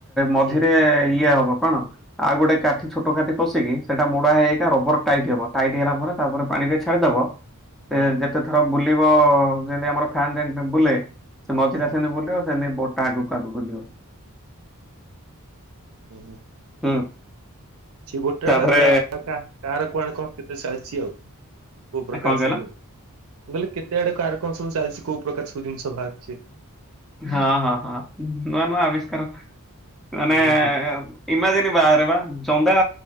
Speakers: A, in the centre; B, on the right.
A: ମଝିରେ
B: ହୁଁ
A: ଇଏ ହବ କଣ? ଆଉ ଗୋଟେ କାଠି ଛୋଟ କାଠି ପଶିକି ସେଟା ମୋଡା ହେଇକା ରବର ଟାଇଟ୍ ହେବ। ଟାଇଟ୍ ହେଲା ପରେ ତାପରେ ପାଣିରେ ଛାଡିଦବ, ସେ
B: ହଁ
A: ଯେତେ ଥର ବୁଲିବ ଯେମିତି ଆମର ଫ୍ୟାନ ଯେମିତି ବୁଲେ। ସେ ମଝିରେ
B: ହୁଁ
A: ସେମିତି ବୁଲିବ। ସେମତି ବୋର୍ଟ ଟା ଆଗକୁ ଆଗକୁ ଯିବ।
B: ହୁଁ, ହୁଁ।
A: ହୁଁ।
B: ସିଏ ଗୋଟା
A: ତାପରେ
B: ଗୋଟା କାହା କାହାର କୁଆଡେ କଣ କେତେ ଚାଲିଛି ଆଉ। କୋଉ ପ୍ରକାର
A: କଣ କହିଲ
B: ସବୁ ଆଉ। ମୁଁ କହିଲି କେତେ ଆଡେ କାହାର କଣ ସବୁ ଚାଲିଛି କୋଉ ପ୍ରକାର ସବୁ ଜିନିଷ ବାହାରିଛି।
A: ହଁ ହଁ ହଁ, ନୂଆ ନୂଆ ଆବିଷ୍କାର। ମାନେ
B: ହୁଁ ହୁଁ।
A: ଇମାଜିନ୍ ବାହାରେ ବା। ଜନ୍ଦା